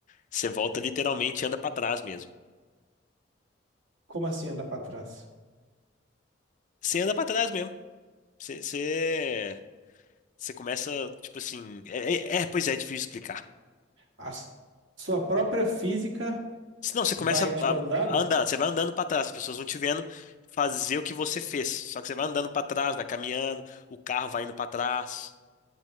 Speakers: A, on the left; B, on the right.
A: Você volta literalmente e anda pra trás mesmo.
B: como assim andar para trás?
A: Você anda pra trás mesmo. Você, você, você começa, tipo assim. É, é- é, pois é, é difícil explicar.
B: A s- sua própria física
A: Senão você
B: vai,
A: começa a
B: tipo, andando?
A: a andar, você vai andando para trás, as pessoas vão te vendo fazer o que você fez. Só que você vai andando para trás, vai caminhando, o carro vai indo para trás.